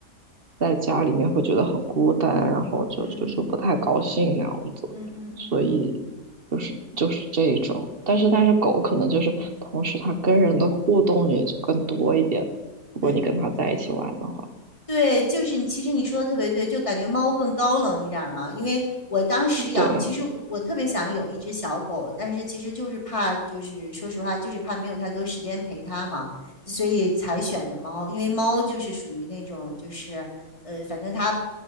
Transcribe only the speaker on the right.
在家里面会觉得很孤单，然后就就是不太高兴那样子。
所以就是就是这一种，但是但是狗可能就是同时它跟人的互动也就更多一点，如果你跟它在一起玩的话，
对